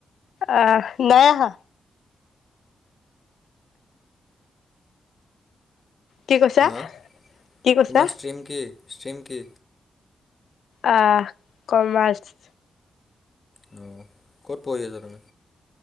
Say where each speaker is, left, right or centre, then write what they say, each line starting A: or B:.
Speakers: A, on the left (about 80°); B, on the left (about 30°).
A: অহ, নাই অহা কি কৈছা,
B: হা
A: কি কৈছা?
B: তোমাৰ ষ্ট্ৰীম কি ষ্ট্ৰীম কি
A: অহ, ‌ কমাৰ্চ।
B: অহ, কত পঢ়ি আছা তুমি?